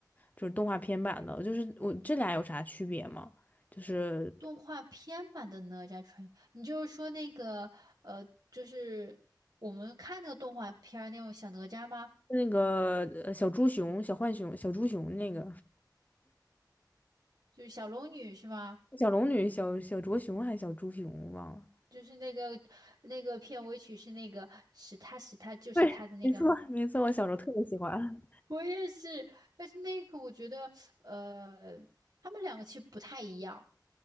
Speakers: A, on the left; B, on the right.
A: 就是动画片版的，就是我这俩有啥区别吗？就是
B: 动画片版的哪吒传，你就是说那个呃，就是我们看那个动画片儿那种小哪吒吗？
A: 那个呃小猪熊、小浣熊、小猪熊那个
B: 就是小龙女是吗？
A: 小龙女、小小卓熊还是小猪熊忘了。
B: 就是那个那个片尾曲是那个是他是他就是他的那个吗？
A: 对，没错，没错，我小时候特别喜欢。
B: 我也是，但是那个我觉得呃，他们两个其实不太一样。